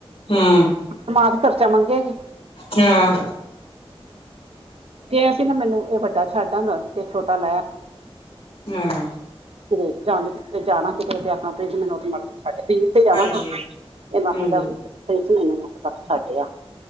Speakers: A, on the left (about 70°); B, on the right (about 70°).
A: ਹਾਂ
B: ਮਾਂ ਤੇ ਖਰਚਾ ਮੰਗੇਗੀ
A: ਹਾਂ
B: ਅਸੀਂ ਨਾ ਮੈਨੂੰ ਇਹ ਵੱਡਾ ਛੱਡ ਆਦਾ ਸੀ ਤੇ ਛੋਟਾ ਲੈ
A: ਹਾਂ
B: ਕਿਤੇ ਜਾਂ ਜ ਕਿਤੇ ਜਾਣਾ ਕਿਤੇ ਆਖਣਾ ਪਲੀਜ਼ ਮੈਨੂੰ ਉਹ ਮੜ ਜਾ ਛੱਡ ਪੀਰ ਤੇ ਜਾਣਾ
A: ਹਾਂਜੀ
B: ਨਾ ਇਹ ਮਾਥਥ
A: ਹਾਂਜੀ
B: ਤੱਕ ਛੱਡ ਆ